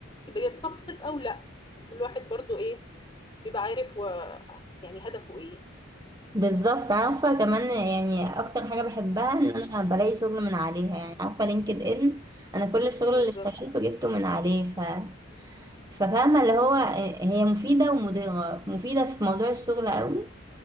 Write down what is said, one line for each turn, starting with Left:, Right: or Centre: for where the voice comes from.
Left: تبقي في صفك أو لا كل واحد برضو إيه بيبقى عارف و... يعني هدفه إيه
Right: بالظبط عارفة كمان يعني أكتر حاجة بحبها إن أنا بلاقي شغل من عليها يعني عارفة لينكد إن أنا كل الشغل
Left: بالظبط
Right: اللي اشتغلته جبته من عليه ف... ففاهمة اللي هو آه، هي مفيدة ومضرة مفيدة في موضوع الشغل قوي